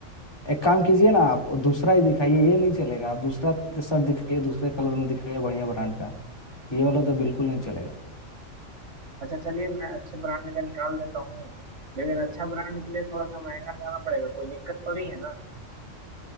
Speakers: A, on the left; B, on the right.
A: एक काम कीजिए ना आप दूसरा ही दिखाइए ये नहीं चलेगा आप दूसरा शर्ट दिखाइए दूसरे कलर में दिखाइए बढ़िया ब्रांड का ये वाला तो बिल्कुल नहीं चलेगा
B: अच्छा चलिए मैं अच्छे ब्रांड का निकाल देता हूँ लेकिन अच्छा ब्रांड के लिए थोड़ा सा महंगा जाना पड़ेगा कोई दिक्कत तो नहीं है ना